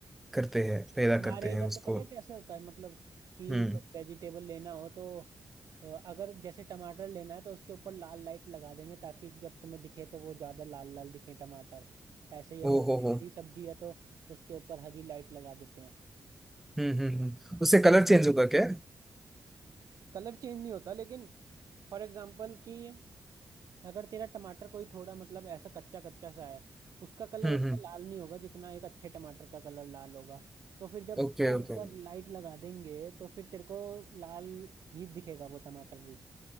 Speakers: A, in the centre; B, on the right (about 75°).
A: करते हैं पैदा
B: हमारे
A: करते हैं
B: इधर
A: उसको
B: तो पता है कैसे होता है मतलब कि
A: हम्म
B: जब वेजिटेबल लेना हो तो अ, अगर जैसे टमाटर लेना है तो उसके ऊपर लाल लाइट लगा देंगे ताकि जब तुम्हें दिखे तो वो ज़्यादा लाल लाल दिखे टमाटर ऐसे ही अगर
A: ओ
B: कोई
A: हो हो
B: हरी सब्जी है तो उसके ऊपर हरी लाइट लगा देते हैं
A: हम्म हम्म हम्म उससे कलर चेंज होगा क्या
B: कलर चेंज नहीं होता लेकिन फॉर एग्जाम्पल कि अगर तेरा टमाटर कोई थोड़ा मतलब ऐसा कच्चा कच्चा सा है उसका कलर
A: हम्म
B: इतना
A: हम्म
B: लाल नहीं होगा जितना एक अच्छे टमाटर का कलर लाल होगा तो फिर जब
A: Okay
B: वो
A: okay
B: ऊपर लाइट लगा देंगे तो फिर तेरे को लाल ही दिखेगा वो टमाटर भी